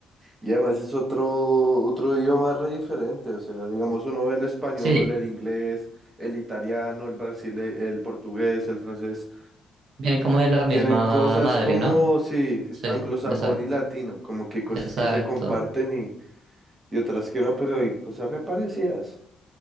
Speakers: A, on the right; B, on the right.
A: Y además es otro, otro idioma re diferente. O sea, digamos, uno ve el español,
B: Sí,
A: el inglés, el italiano, el brasile, el portugués, el francés.
B: vienen como de la misma
A: Tienen cosas
B: madre,
A: como,
B: ¿no?
A: sí,
B: Sí,
A: anglosajón
B: exacto,
A: y latino, como que hay cosas
B: exacto.
A: que se comparten y, y otras que no, pero hay cosas reparecidas.